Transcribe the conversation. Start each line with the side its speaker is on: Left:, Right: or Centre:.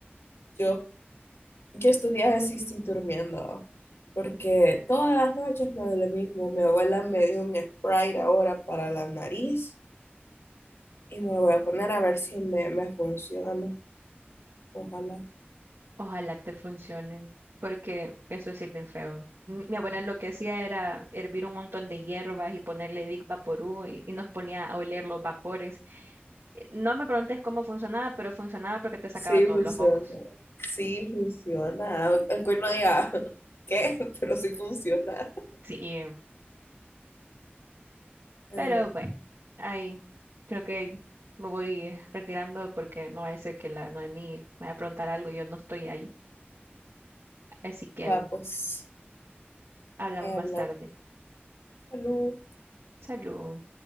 Left: Yo, yo estos días sí durmiendo, porque todas las noches me duele lo mismo. Mi abuela me dio un Sprite ahora para la nariz y me lo voy a poner a ver si me, me funciona. Ojalá.
Right: Ojalá te funcione, porque eso sí es bien feo. M- Mi abuela lo que hacía era hervir un montón de hierbas y ponerle Big Vaporú y, y nos ponía a oler los vapores. No me preguntes cómo funcionaba, pero funcionaba porque te sacaba
Left: Sí
Right: todos
Left: funciona,
Right: los mocos.
Left: sí funciona. Aunque uno diga, <laughs> ¿qué? Pero sí funciona.
Right: Sí.
Left: Ah,
Right: Pero bueno, ahí creo que me voy retirando porque no vaya a ser que la Noemí me vaya a preguntar algo y yo no estoy ahí. Así que
Left: va, pues,
Right: hablamos
Left: ahí
Right: más
Left: hablando.
Right: tarde.
Left: Salud.
Right: Salud.